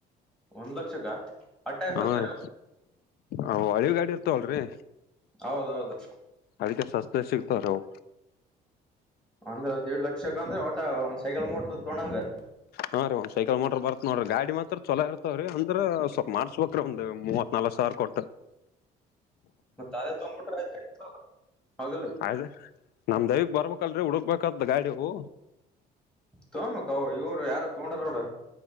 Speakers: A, in the centre; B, on the left (about 65°).
A: ಒಂದ್ ಲಕ್ಷಕ್ಕ ಅಟ್ಯಾಗ ಸಸ್ತಾರಿ
B: ಹರಿ
A: ಅವ್.
B: ಅವು ಹಳಿ ಗಾಡಿ ಇರ್ತವಲ್ರಿ
A: ಹೌದೌದು
B: ಅದಕ್ಕೆ ಸಸ್ತೆ ಸಿಗ್ತಾರಿಅವು
A: ಅಂದ್ರ ದಿಡ್ ಲಕ್ಷಕ್ಕ ಅಂದ್ರೆ ಒಟ ಒಂದ್ ಸೈಕಲ್ ಮೋಟ್ರ ತಗೋಂಡಗ
B: ಹಾ ರೀ ಒಂದ ಸೈಕಲ್ ಮೋಟರ್ ಬತ ನೋಡ್ರಿ ಗಾಡಿ ಮಾತ್ರ ಚಲೋ ಇರ್ತಾವ ರೀ ಅಂದ್ರ ಸ್ವಲ್ಪ ಮಾಡ್ಸ್ಬೇಕ್ರೀ ಒಂದ ಮೂವತ್ ನಾಲ್ಕತ ಸಾವಿರ ಕೊಟ್ಟ
A: ಮತ್ತ ಅದೇ ತಗೊಂಡ್ ಬಿಟ್ಟರಾಆಯ್ತು ಹೌದಿಲ್ಲ
B: ಆಯದು ನಮ್ ದೈವಗ್ ಬರ್ಬೇಕಲ್ರರಿ ಹುಡ್ಕ್ಬೇಕತ್ ಗಾಡಿ ಅವು
A: ತೋಮ ಗಬೇಕ ಇವರು ಯಾರೋ ತಗೋಂಡ್ರ